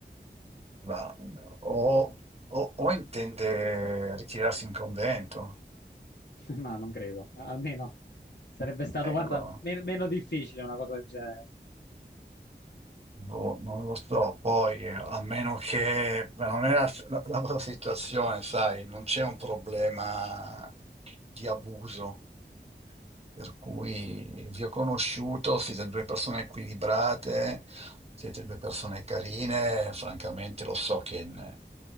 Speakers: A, on the right; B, on the left.
A: Ma- o, o- o intende ritirarsi in convento?
B: <laughs> Ma non credo, almeno sarebbe stato,
A: Ecco.
B: guarda, meno meno difficile una cosa del genere.
A: Boh, non lo so, poi eh, a meno che ma non è la, la- la tua situazione, sai, non c'è un problema di abuso. Per cui vi ho conosciuto, siete due persone equilibrate, siete due persone carine, francamente lo so che n-